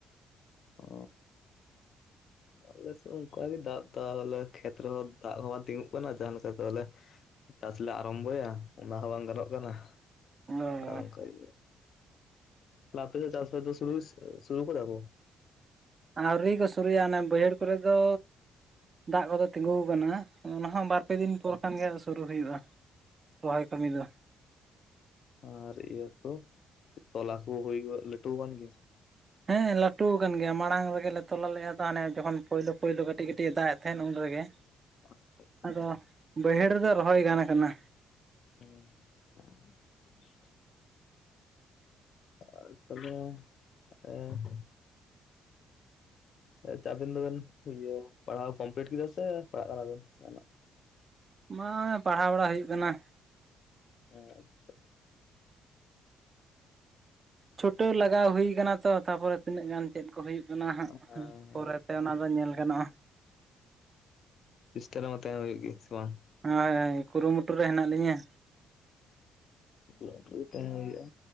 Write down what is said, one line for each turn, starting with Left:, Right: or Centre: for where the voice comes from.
Right: <inaudible>
Left: ᱚ ᱟᱞᱮ ᱥᱮᱫ ᱚᱝᱠᱟ ᱜᱮ ᱫᱟᱜ ᱛᱟᱷᱮᱛ <unintelligible> ᱠᱷᱮᱛ ᱨᱮᱦᱚᱸ ᱫᱟᱜ ᱦᱚᱸ ᱵᱟᱝ ᱛᱤᱸᱜᱩᱜ ᱠᱟᱱᱟ ᱡᱟᱦᱟᱸ ᱞᱮᱠᱟ ᱫᱚ ᱟᱞᱮ ᱪᱟᱥ ᱞᱮ ᱟᱨᱟᱢᱵᱷᱚᱭᱟ ᱚᱱᱟ ᱦᱚᱸ ᱵᱟᱝ ᱜᱟᱱᱚᱜ ᱠᱟᱱᱟ᱾
Right: ᱚ
Left: ᱟ ᱚᱝᱠᱟ ᱜᱮ ᱛᱟᱦᱚᱞᱮ ᱟᱯᱮ ᱥᱮᱫ ᱪᱟᱥ-ᱵᱟᱥ ᱫᱚ ᱥᱩᱨᱩ ᱥᱮ ᱥᱩᱨᱩ ᱠᱟᱫᱟ ᱠᱩ?
Right: ᱟᱹᱣᱨᱤ ᱠᱚ ᱥᱩᱨᱩᱭᱟ ᱚᱱᱮ ᱵᱟᱹᱭᱦᱟᱹᱲ ᱠᱚᱨᱮ ᱫᱚ ᱫᱟᱜ ᱠᱚᱫᱚ ᱛᱤᱸᱜᱩᱣ ᱠᱟᱱᱟ᱾ ᱚᱱᱟ ᱦᱚᱸ ᱵᱟᱨᱯᱮ ᱫᱤᱱ ᱯᱚᱨ ᱠᱷᱟᱱ ᱜᱮ ᱥᱩᱨᱩ ᱦᱩᱭᱩᱜ-ᱟ᱾ ᱨᱚᱦᱚᱭ ᱠᱟᱹᱢᱤ ᱫᱚ
Left: ᱟᱨ ᱤᱭᱟᱹ ᱠᱚ ᱛᱚᱞᱟ ᱠᱚ ᱦᱩᱭ ᱜᱚᱫ ᱞᱟᱹᱴᱩ ᱠᱟᱱ ᱜᱮᱭᱟ?
Right: ᱦᱮᱸ ᱞᱟᱹᱴᱩ ᱠᱟᱱ ᱜᱮᱭᱟ ᱢᱟᱲᱟᱝ ᱨᱮᱜᱮ ᱞᱮ ᱛᱚᱞᱟ ᱞᱮ ᱮᱨ ᱞᱟᱣᱟ ᱚᱱᱮ ᱡᱚᱠᱷᱚᱱ ᱯᱳᱭᱞᱳ ᱯᱳᱭᱞᱳ ᱠᱟᱹᱴᱤᱡ ᱠᱟᱹᱴᱤᱡ ᱮ ᱫᱟᱜ ᱮᱫ ᱛᱟᱦᱮᱸᱫ ᱩᱱ ᱨᱮᱜᱮ,
Left: ᱟᱪᱪᱷᱟ ᱟᱪᱪᱷᱟ
Right: ᱟᱫᱚ
Left: ᱟᱪᱪᱷᱟ
Right: ᱵᱟᱹᱭᱦᱟᱹᱲ ᱨᱮᱫᱚ ᱨᱚᱦᱚᱭ ᱜᱟᱱ ᱠᱟᱱᱟ᱾
Left: ᱩᱸ ᱟᱨ ᱛᱟᱦᱚᱞᱮ ᱮᱸ ᱦᱚᱭ ᱛᱚ ᱟᱹᱵᱤᱱ ᱫᱚᱵᱮᱱ ᱤᱭᱟᱹ ᱯᱟᱲᱦᱟᱣ ᱠᱚᱢᱯᱞᱤᱴ ᱠᱮᱫᱟ ᱥᱮ ᱯᱟᱲᱦᱟᱜ ᱠᱟᱱᱟ ᱵᱮᱱ ᱡᱟᱦᱟᱸ ᱱᱟᱜ?
Right: ᱵᱟᱝ ᱯᱟᱲᱷᱟᱭ ᱵᱟᱲᱟ ᱦᱩᱭᱩᱜ ᱠᱟᱱᱟ᱾
Left: ᱟᱪᱪᱷᱟ,
Right: ᱪᱷᱩᱴᱟᱹᱣ ᱞᱟᱜᱟᱣ ᱦᱩᱭ ᱟᱠᱟᱱᱟ ᱛᱚ ᱛᱟᱯᱚᱨᱮ ᱛᱤᱱᱟᱹᱜ ᱜᱟᱱ ᱪᱮᱫ ᱠᱚ ᱦᱩᱭᱩᱜ ᱠᱟᱱᱟ,
Left: ᱦᱮᱸ
Right: ᱦᱟᱸᱜ ᱯᱚᱨᱮᱛᱮ
Left: ᱦᱮᱸ
Right: ᱚᱱᱟ ᱫᱚ ᱧᱮᱞ ᱜᱟᱱᱚᱜ-ᱟ᱾
Left: ᱪᱤᱥᱴᱟ ᱨᱮᱢᱟ ᱛᱟᱦᱮᱸ ᱦᱩᱭᱩᱜ ᱜᱮ ᱥᱮ ᱵᱟᱝ?
Right: ᱦᱳᱭ ᱦᱳᱭ ᱠᱩᱨᱩᱢᱩᱴᱩ ᱨᱮ ᱦᱮᱱᱟᱜ ᱞᱤᱧᱟᱹ᱾
Left: ᱚ ᱞᱟᱹᱴᱷᱩ ᱛᱟᱦᱮᱸ ᱦᱩᱭᱩᱜ-ᱟ